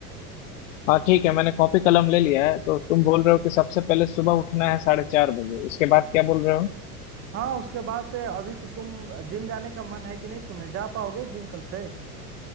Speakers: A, on the left (about 55°); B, on the right (about 30°).
A: हाँ ठीक है मैंने कॉपी कलम ले लिया है तो तुम बोल रहे हो कि सबसे पहले सुबह उठना है साढ़े चार बजे उसके बाद क्या बोल रहे हो
B: हाँ उसके बाद से अभी तो तुम जिम जाने का मन है कि नहीं तुम्हें जा पाओगे जिम कल से